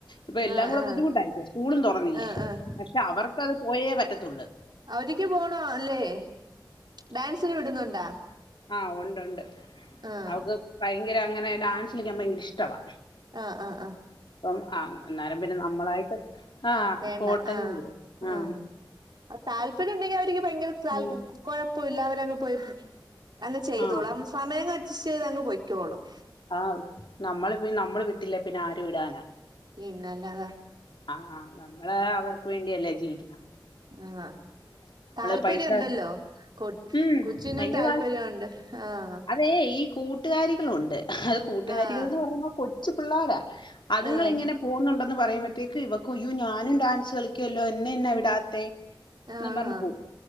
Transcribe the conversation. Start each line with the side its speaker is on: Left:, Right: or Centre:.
Left: ഇപ്പൊ
Right: ആഹ്
Left: എല്ലാം
Right: ആഹ്
Left: കൂടെ ബുദ്ധിമുട്ടായില്ലെ സ്കൂളും തുറന്നില്ലേ
Right: ആഹ് ആഹ് ആഹ്
Left: പക്ഷെ അവർക്കത് പോയേ പറ്റത്തുള്ള്
Right: അവരിക്ക് പോണോ അല്ലേ ഡാൻസിന് വിടുന്നുണ്ടാ
Left: ആഹ്ഉണ്ട് ഉണ്ട്
Right: ആഹ്
Left: അവക്ക് ഭയങ്കര അങ്ങനെ ഡാൻസലിക്കാൻ ഭയങ്കര ഇഷ്ടവാ
Right: ആഹ് ആഹ് ആഹ്
Left: അപ്പം ആ അന്നേരം പിന്നെ നമ്മളായിട്ട് ആഹ
Right: വേണ്ട
Left: പോട്ടന്ന
Right: ആഹ്
Left: ആഹ
Right: ആഹ് താല്പര്യം ഉണ്ടെങ്കി അവർക്ക് ഭയങ്കര ത
Left: ഉം.
Right: കുഴപ്പ ഇില്ല അവരങ്ങ് പോയി അങ്ങ് ചെയ്തോളൂ
Left: ആ
Right: സമയം അഡ്ജസ്റ്റ് ചെയ്ത് അങ്ങ് പൊയ്ക്കോളും
Left: ആഹ് നമ്മള് നമ്മള് വിട്ടില്ലേ പിന്നെ ആരും വിടാനാ
Right: പിന്നെല്ലാതാ
Left: ആഹ നമ്മള് അവർക്ക് വേണ്ടിയല്ലേ ജീവിക്കുന്നു
Right: ആഹ താല്പര്യംണ്ടല്ലോ
Left: പൈസ
Right: കൊ
Left: ഉം
Right: കൊച്ചിനും
Left: ഭയങ്കര
Right: താല്പര്യമുണ്ട്
Left: താൽ
Right: ആഹ്
Left: അതേ ഈ കൂട്ടുകാരികളുണ്ട് അത് കൂട്ടുകാരികൾ
Right: ആഹ്
Left: എന്ന് പറയുമ്പോൾ കൊച്ചു പിള്ളോര അതുങ്ങളിങ്ങനെ
Right: ആഹ്
Left: പോണുണ്ട് - ഉണ്ടെന്ന് പറയുമ്പോഴത്തേക്ക് ഇവക്ക് അയ്യോ ഞാനും ഡാൻസ് കളിക്കുവല്ലോ എന്നെ എന്നാ വിടാത്തെ
Right: ആഹ്
Left: എന്ന് പറഞ്ഞു പോകും